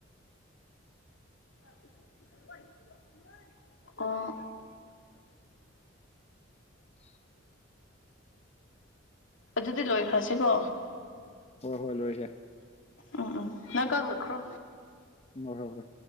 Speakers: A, on the left (about 75°); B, on the left (about 30°).
A: <unintelligible> ꯑꫭ
B: <inaudible>
A: ꯑꯗꯨꯗꯤ ꯂꯣꯏꯈ꯭ꯔꯁꯤꯀꯣ
B: ꯍꯣꯏ ꯍꯣꯏ ꯂꯣꯏꯁꯦ
A: ꯎꯝ ꯎꯝ ꯅꯪ ꯀꯛꯂꯛꯈ꯭ꯔꯣ
B: ꯍꯣꯏ ꯍꯣꯏ ꯍꯣꯏ